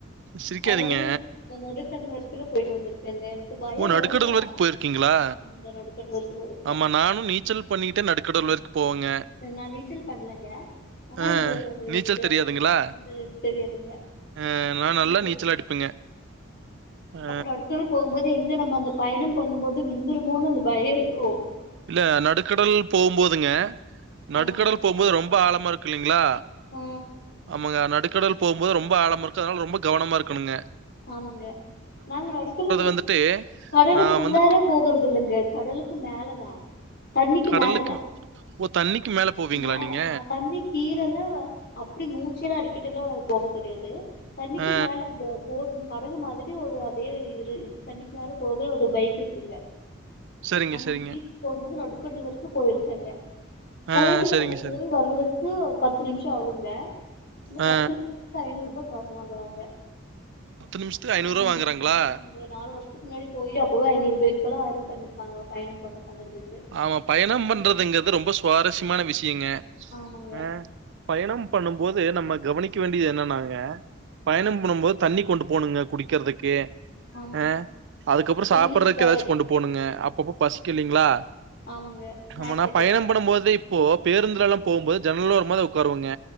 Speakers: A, on the right (about 60°); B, on the left (about 50°).
A: சிரிக்காதீங்க
B: அதுல நம்ம நடுக்கடல் வரைக இப்பபோயிட்டு வந்திருக்கேங்க பயம்
A: ஓ நடுக்கடல்
B: வருது
A: வரைக்கும் போயிருக்கீங்களா
B: ஆமாங்க நடுக்கடல் வரைக்கும் போயிருக்கே
A: ஆமா நானும் நீச்சல் பண்ணிட்டே நடுக்கடல் வரைக்கும் போவேங்க.
B: நான் நீச்சல் பண்ணலங்க ஆனா
A: ஆ
B: இந்த ஹ
A: நீச்சல்
B: த
A: தெரியாதுங்களா?
B: ஹ தெரியாதுங்க
A: அ நான் நல்லா
B: ந
A: நீச்சல்
B: இருக்க
A: அடிப்பேங்க. அ
B: அப்புறம் அடுத்த தடவ போகும்போது எங் நம்ம அந்த பயணம் பண்ணும் போது விழுந்துடுமோனு அந்த பயம் இருக்கும்
A: இல்ல நடுக்கடல் போகும்போதுங்க நடுக்கடல்
B: ஆமாங்க
A: போகும்போது ரொம்ப ஆழமா இருக்கு இல்லீங்களா
B: ஆ
A: ஆமாங்க நடுக்க கடல் போகும்போது ரொம்ப ஆழம் இருக்கு அதனால ரொம்ப கவனமா இருக்கனுங்க
B: ஆமாங்க நாங்க நடுக்கல
A: வந்துட்டு,
B: கடலுக்கு
A: நான்
B: உள்ளார
A: வந்துட்டு
B: போகறதில்லங்க கடலுக்கு மேல தா தண்ணிக்கு
A: கடலுக்கு
B: மேலதா
A: ஓ! தண்ணிக்கு மேல போவீங்களா
B: மேல
A: நீங்க?
B: ஆஹ் தண்ணி கீழல்லா அப்பிடி மூச்சுலா அடக்கிட்டு எல்லா போக தெரியாது தண்ணிக்கு
A: ஆ
B: மேல படகு மாதிரி ஒரு அதே இரு தண்ணிக்கு மேல போக ஒரு பைக் இருக்குங்க
A: சரிங்க,
B: அந்த
A: சரிங்க.
B: பீச்சுக்கு போகும்போது நடு கடல் வரைக்கு போயிருக்கங்க போயிட்டு
A: ஆ சரிங்க, சரிங்க.
B: வர்றது வர்து ஒரு பத்து நிமிஷ ஆகுங்க இந்த
A: ஆ
B: பத்து லட்சத்து ஐநூறு ருபா காசு வாங்கறாங்க
A: நிமிஷத்துக்கு ரூ.
B: ஆமா
A: வாங்குறாங்களா?
B: ஆமாங்க நாலு வருஷத்துக்கு முன்னாடி போயி அப்பவே ஐநூறு ரூபாய இப்பல்லா அதிக பண்ணிருப்பாங்க பயணம் பண்ண பண்ணதுக்கு
A: ஆமா பயணம் பண்றதுங்கிறது
B: என்
A: ரொம்ப சுவாரஸ்யமான விஷய ங்க
B: ஆமாங்க
A: ஆஹ் பயணம் பண்ணும் போது நம்ம கவனிக்க வேண்டியது என்னன்னாங்க பயணம் பண்ணும் போது தண்ணி கொண்டு போணுங்க குடிக்கறதுக்கு
B: ஆமா
A: அஹ் அதுக்கப்புற
B: எலுமிச்சக்காய்
A: சாப்புடறக்கு ஏதாச்சு கொண்டு போணுங்க அ அப்பப்ப பசிக்கு இல்லைங்களா
B: ஆமாங்க ஸ்நாக்ஸ்
A: ஆமானா
B: ஐட்டம்
A: பயணம் பண்ணும் போது இப்போ பேருந்துலல்லா போகும் போது ஜன்னல் ஒரமாத உக்காருவங்க